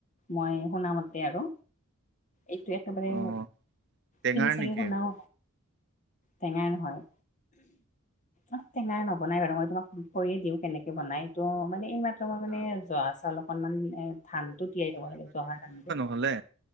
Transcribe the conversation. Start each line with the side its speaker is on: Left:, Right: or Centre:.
Left: মই শুনা মতে আৰু। এইটো একেবাৰে
Right: অ টেঙাৰ
Left: তুমি চাগে
Right: নেকি
Left: শুনাও টেঙা নহয় অহ, টেঙাই নবনাই বাৰু মই তোমাক কৈয়ে দিওঁ কেনেকে বনাই এইটো মানে এই মাত্ৰ মই মানে
Right: অ
Left: জহা চাউল অকণমান ধানটো তিয়াই থব লাগে জহা ধান যে
Right: হ'লে